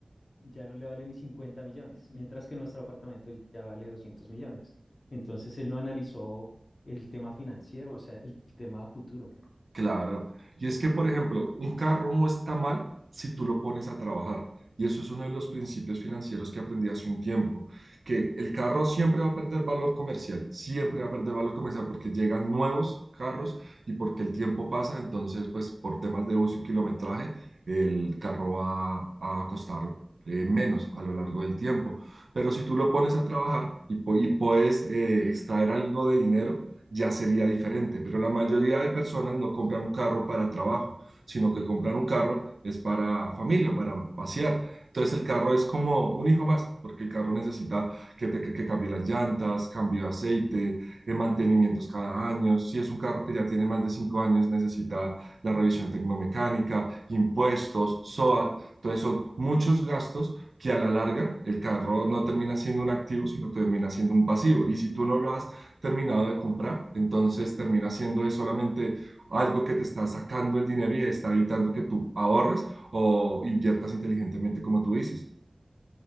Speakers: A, on the left; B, on the right.
A: ya no le vale ni 50 millones, mientras que nuestro apartamento ya vale 200 millones. Entonces él no analizó el tema financiero, o sea, el tema a futuro.
B: Claro. Y es que, por ejemplo, un carro no está mal si tú lo pones a trabajar. Y eso es uno de los principios financieros que aprendí hace un tiempo, que el carro siempre va a perder valor comercial, siempre va a perder valor comercial porque llegan nuevos carros y porque el tiempo pasa, entonces, pues por temas de uso y kilometraje, el carro va a costar eh, menos a lo largo del tiempo. Pero si tú lo pones a trabajar y, pu- y puedes eh, extraer algo de dinero, ya sería diferente. Pero la mayoría de personas no compran un carro para trabajo, sino que compran un carro es para familia, para pasear. Entonces el carro es como un hijo más, porque el carro necesita que, te, que, que cambie las llantas, cambio de aceite, eh, mantenimientos cada año. Si es un carro que ya tiene más de cinco años, necesita la revisión tecnomecánica, impuestos, SOAT. Entonces son muchos gastos que a la larga el carro no termina siendo un activo, sino termina siendo un pasivo. Y si tú no lo has terminado de comprar. Entonces termina siendo es solamente algo que te está sacando el dinero y está evitando que tú ahorres o inviertas inteligentemente, como tú dices.